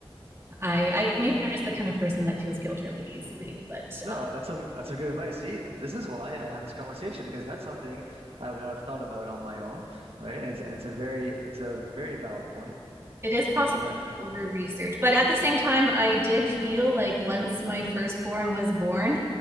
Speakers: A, on the right; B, on the right.
A: I, I maybe
B: Yeah.
A: I'm just the kind of person that feels guilt really easily. But
B: No, that's some that's some good advice. See, this is why I have this conversation because that's something I would not have thought about on my own, right? And it's and it's a very it's a very valid point.
A: It is possible
B: Uh, yeah,
A: to over research, but at the same time, I did feel like once my firstborn was born,